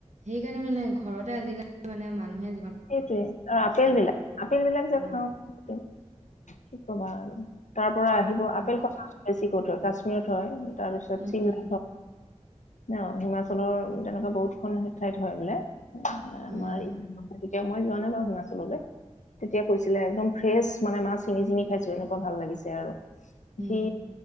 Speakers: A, on the right; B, on the left.
A: সেইকাৰণে মানে ঘৰতে আজিকালি মানে মান নহয়
B: সেইটোৱে আৰু আপেল বিলাক, আপেল বিলাক
A: অ',
B: যে খাওঁ স কবা আৰু তাৰ পৰা আহিব
A: হয়
B: আপেল
A: দিয়ক।
B: খ বেছি কতত। কাশ্মীৰত হয়। তাৰপিছত
A: উম,
B: চিমল
A: উম,
B: ন হিমাচলৰ তেনেকুৱা বহুত খন ঠাইত হয় বোলে। আমাৰ
A: হয়, হয়,
B: এই এতিয়া মই যোৱা নাই বাৰু হিমাচললৈ, তেতিয়া কৈছিলে একদম ফ্ৰেছ মানে মাছ চিঙি চিঙি খাইছো এনেকুৱা ভাল লাগিছে আৰু।
A: উম,
B: সি